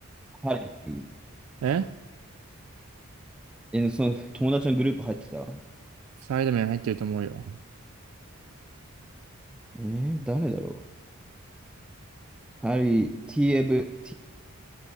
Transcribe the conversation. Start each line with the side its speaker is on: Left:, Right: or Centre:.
Centre: ハリー。
Right: え
Centre: えーその友達のグループ入ってた。
Right: サイド麺入ってると思うよ。
Centre: えー誰だろうハリー、TF、